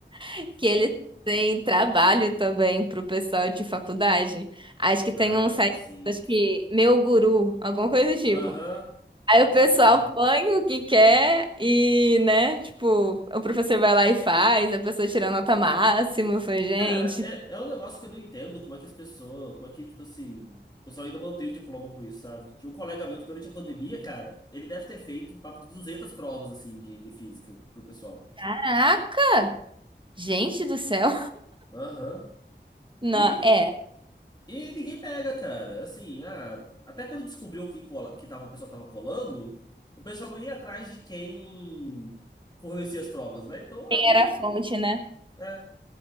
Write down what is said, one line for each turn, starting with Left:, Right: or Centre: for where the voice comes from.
Right: <laughs> que eles têm trabalho também pro pessoal de faculdade. Acho que tem
Left: Ah,
Right: um site,
Left: sim.
Right: acho que Meu Guru, alguma coisa do tipo.
Left: Aham.
Right: Aí o pessoal
Left: Ah, cara.
Right: põe o que quer e, né, tipo, o professor vai lá e faz, a pessoa tira nota máxima. Eu falei, gente,
Left: Cara, é, é um negócio que eu não entendo como é que as pessoas, como é que, tipo assim, o pessoal ainda mantém o diploma com isso, sabe? Tinha um colega meu que durante a pandemia, cara, ele deve ter feito papo de 200 provas, assim, de, de física pro pessoal.
Right: caraca! Gente do céu!
Left: Aham.
Right: <laughs> Não,
Left: E,
Right: é,
Left: e ninguém pega, cara. Assim, ah, até quando descobriu que, cola, que tava, o pessoal tava colando, o pessoal não ia atrás de quem fornecia as provas, né? Então
Right: quem
Left: é muito.
Right: era a fonte, né?
Left: É.